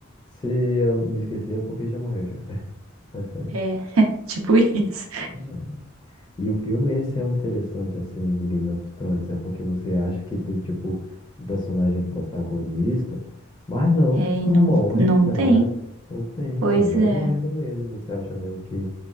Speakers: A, on the left; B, on the right.
A: Se eu me esqueci, é porque já morreu, já. <laughs> Basicamente.
B: É, <laughs> tipo isso.
A: É. E o filme, esse é o interessante, assim, do Game of Thrones. É porque você acha que tem, tipo, um personagem protagonista, mas não,
B: É, e
A: morre,
B: não, não
A: tá
B: tem.
A: ligado? Não tem,
B: Pois
A: mano, vai
B: é,
A: morrendo mesmo. Você acha mesmo que.